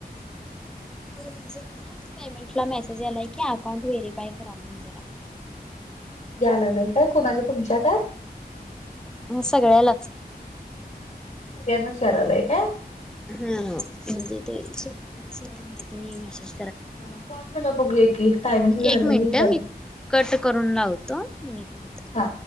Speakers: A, in the centre; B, on the left.
A: पेमेंटला मेसेज आलाय की अकाउंट व्हेरीफाय करा मग जरा
B: याय लागलंय काय क कोणाच्या तुमच्या काय
A: सगळ्यालाच
B: हेनशारलय का
A: हा म्हणजे स मा म मॅसेज
B: हा कॉल झाला बघूया की टायम झालं
A: एक मिनिट
B: म वि चाले
A: मी कट करून लावतो मिनिट हो
B: हा.